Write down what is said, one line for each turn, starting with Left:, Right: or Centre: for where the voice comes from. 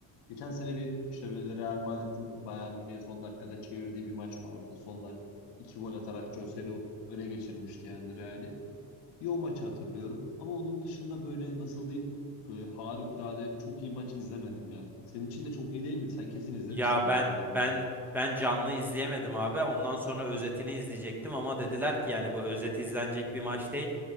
Left: Geçen sene bir işte böyle Real Madrid'in Bayern Münih'e son dakikada çevirdiği bir maç vardı. Son dakika iki gol atarak Joselu öne geçirmişti yani Real'i. Bir o maçı hatırlıyorum. Ama onun dışında böyle nasıl diyeyim böyle harikulade çok iyi maç izlemedim ya. Senin için de çok iyi değil miydi? Sen kesin izlemişsindir
Centre: Ya ben
Left: o Inter maçını.
Centre: ben ben canlı izleyemedim abi. Ondan sonra özetini izleyecektim ama dediler ki yani bu özeti izlenecek bir maç değil.